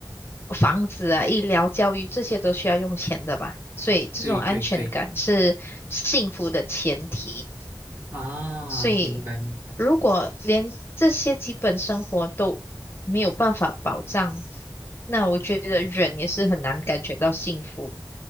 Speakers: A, on the left; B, on the right.
A: 房子啊、医疗、教育这些都需要用钱的吧，所以这种安全感是幸福的前提。
B: 对对对，啊，
A: 所以，
B: 明白明白，
A: 如果连这些基本生活都没有办法保障，那我觉得人也是很难感觉到幸福。